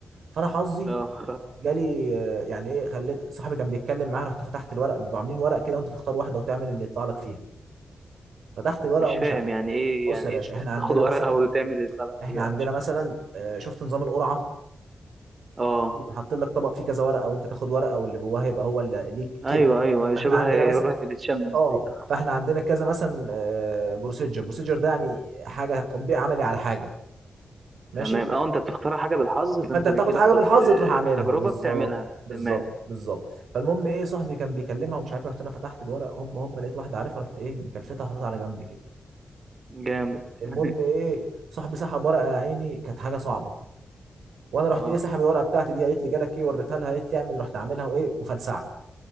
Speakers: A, on the right (about 80°); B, on the right (about 30°).
A: فانا حظي
B: اه
A: جالي آه، يعني ايه خليت صاحبي كان بيتكلم معاها رحت فتحت الورق بيبقوا عاملين ورق كده وانت تختار واحده وتعمل اللي يطلع لك فيها فتحت
B: <laughs>
A: الورق
B: مش
A: ومش
B: فاهم
A: عارف
B: يعني ايه
A: بص
B: يعني
A: يا باشا
B: ايه
A: احنا عندنا
B: تاخد ورقه
A: مثلا
B: <laughs> وتعمل اللي يطلع لك
A: احنا
B: فيها
A: عندنا
B: مش فاهم
A: مثلا آه، شفت نظام القرعه
B: اه
A: يبقى حاطين لك طبق فيه كذا ورقه وانت تاخد ورقه واللي جواها يبقى هو اللي ليك كده
B: ايوه ايوه أيوة،
A: فاحنا
B: شبه
A: عندنا مثلا
B: رحله التشامبيونز
A: اه
B: دي اه
A: فاحنا عندنا كذا مثلا بروسيجر بروسيجر ده يعني حاجه تطبيق عملي على حاجه ماشي
B: تمام اه انت بتختار حاجه بالحظ فانت
A: فانت بتاخد
B: بتجيلك
A: حاجه
B: تد...
A: بالحظ تروح عاملها
B: تجربه
A: بالظبط
B: بتعملها
A: بالظبط
B: تمام
A: بالظبط فالمهم ايه صاحبي كان بيكلمها ومش عارف إيه، رحت انا فتحت الورق هوب هوب لقيت واحده عارفها رحت ايه مكلفتها وحطيتها على جنب كده
B: جامد <laughs>
A: المهم ايه صاحبي سحب ورقه يا عيني كانت حاجه صعبه وانا رحت
B: اه
A: ايه سحب الورقه بتاعتي دي قالت لي جالك ايه وريتها لها قالت لي اعمل رحت عاملها وايه وفلسعت